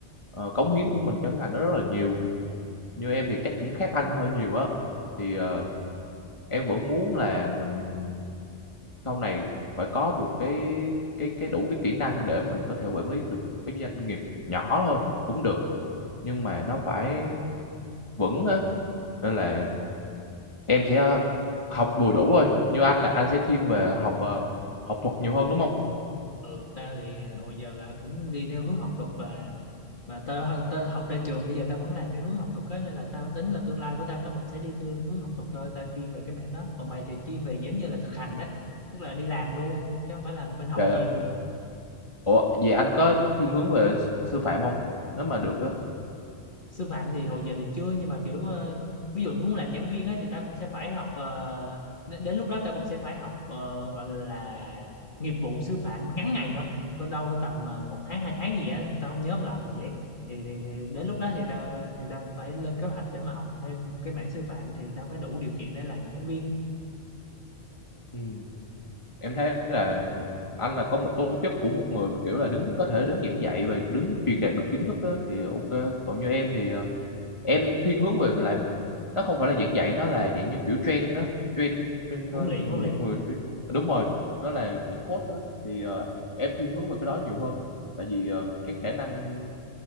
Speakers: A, on the left; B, on the left.
A: ờ, cống hiến của mình cho cái ngành đó rất là nhiều như em thì chắc cũng khác anh hơi nhiều á thì ờ, em vẫn muốn là mình sau này phải có một cái cái cái đủ cái kỹ năng để mình có thể quản lý được cái doanh nghiệp nhỏ thôi cũng được nhưng mà nó phải vững á nên là em sẽ ờ, học vừa đủ thôi như anh là anh sẽ thiên về học ờ, học thuật nhiều hơn đúng không
B: ừ tao thì hồi giờ là cũng đi theo hướng học thuật và mà tao tao học ra trường bây giờ tao vẫn làm theo hướng học thuật á nên là tao tính là tương lai của tao nó vẫn sẽ đi theo hướng học thuật thôi tao chuyên về cái mảng đó còn mày thì chuyên về giống như là thực hành đó tức là đi làm luôn chứ không phải là bên học
A: dạ dạ.
B: nhiều
A: ủa vậy anh có thiên hướng về s- sư phạm không nếu mà được á
B: sư phạm thì hồi giờ thì chưa nhưng mà kiểu ờ, ví dụ muốn làm giảng viên á thì ta cũng sẽ phải học ờ, đ- đến lúc đó ta cũng sẽ phải học ờ, gọi là nghiệp vụ sư phạm ngắn ngày thôi có đâu có tầm ờ, một tháng hai tháng gì á tao không nhớ không lầm là vậy thì, thì, thì đến lúc đó thì ta thì ta cũng phải lên kế hoạch để mà học thêm cái mảng sư phạm thì ta phải đủ điều kiện để làm giảng viên
A: ừ. em thấy là anh là có một tố chất của một người mà kiểu là đứng có thể đứng giảng dạy và đứng truyền đạt được kiến thức á, thì ok còn như em thì ờ, em thiên hướng về làm nó không phải là giảng dạy nó là dạng như kiểu train đó train, train
B: huấn
A: ờ,
B: luyện
A: một
B: huấn luyện
A: người train Ờ, đúng rồi nó là dạng coach đó thì ờ, em thiên hướng về cái đó nhiều hơn tại vì ờ, cái khả năng